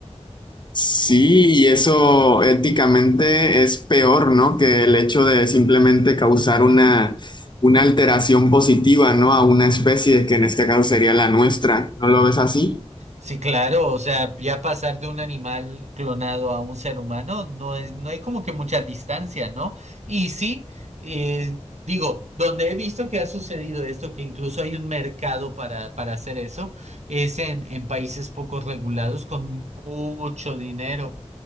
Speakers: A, on the left; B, on the right.
A: Sí, y eso éticamente es peor, ¿no? Que el hecho de simplemente causar una, una alteración positiva, ¿no? A una especie, que en este caso sería la nuestra. ¿No lo ves así?
B: Sí, claro, o sea, ya pasar de un animal clonado a un ser humano no es, no hay como que mucha distancia, ¿no? Y sí, eh, digo, donde he visto que ha sucedido esto, que incluso hay un mercado para, para hacer eso, es en, en países poco regulados con mucho dinero